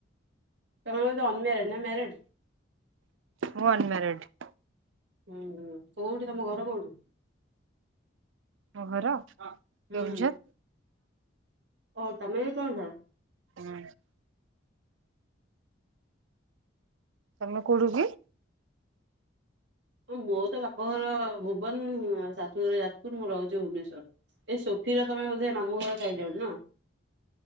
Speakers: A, on the right; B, on the right.
A: ତମେ ହଉଛ ଅନମ୍ୟାରେଡ ନା ମ୍ୟାରେଡ?
B: ହଁ ଅନମ୍ୟାରେଡ।
A: ହୁଁ ହୁଁ। କୋଉଠି ତମ ଘର କୋଉଠି?
B: ଆମ ଘର? ହଁ,
A: ହୁଁ
B: କେଉଁଝର।
A: ଓ ତମେ ବି କେଉଁଝର।
B: ହଁ। ତମେ କୋଉଠୁ କି?
A: ମୋ ବୋଉ ତ ବାପଘର ଭୁବନ, ଶାଶୁଘର ଯାଜପୁର, ମୁଁ ରହୁଛି ଭୁବନେଶୂର। ଏ ସୋଫିର ତମେ ବୋଧେ ମାମୁଁ ଘର ଟାଇଟେଲ ନା?